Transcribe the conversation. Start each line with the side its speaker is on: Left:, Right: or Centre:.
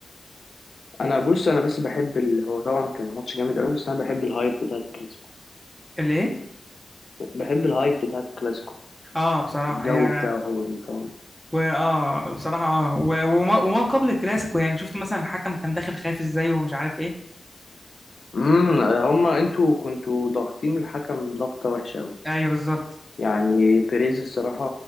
Left: انا بص انا بس بحب ال... هو طبعا كان ماتش جامد قوي بس انا بحب الهايب بتاعت الكلاسيكو
Centre: اللي ايه
Left: بحب الهايب بتاعت الكلاسيكو
Centre: اه بصراحة
Left: الجو
Centre: هي
Left: بتاعه والفهم
Centre: واه بصراحة اه و- وما, وما قبل الكلاسيكو يعني شفت مثلا الحكم كان داخل خايف ازاي ومش عارف ايه
Left: امم هما انتوا كنتوا ضاغطين الحكم ضغطة وحشة قوي
Centre: ايوه بالظبط
Left: يعني بيريز الصراحة